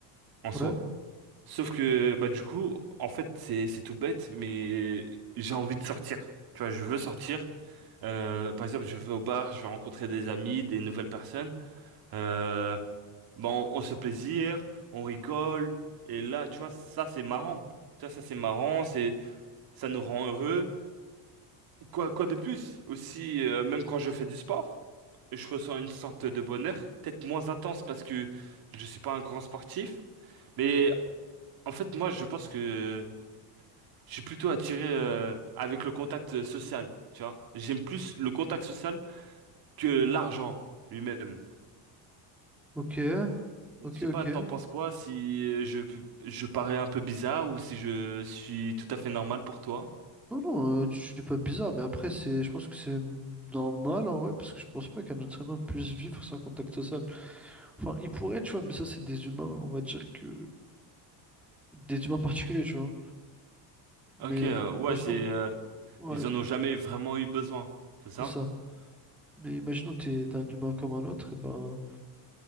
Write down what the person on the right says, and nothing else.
en soi.
Sauf que bah du coup, en fait, c'est c'est tout bête, mais j'ai envie de sortir. Tu vois, je veux sortir. Euh, par exemple, je vais au bar, je vais rencontrer des amis, des nouvelles personnes. Euh, bon, on on se plaisir, on rigole. Et là, tu vois, ça, c'est marrant. Ça, ça, c'est marrant, c'est, ça nous rend heureux. Quoi, quoi de plus? Aussi, euh, même quand je fais du sport, je ressens une sorte de bonheur, peut-être moins intense parce que je suis pas un grand sportif. Mais en fait, moi, je pense que je suis plutôt attiré, euh, avec le contact social, tu vois. J'aime plus le contact social que l'argent lui-même.
Je
sais
pas, t'en penses quoi si je, je parais un peu bizarre ou si je suis tout à fait normal pour toi?
Ok, euh, ouais,
c'est euh,
ils en ont jamais vraiment eu besoin, c'est ça?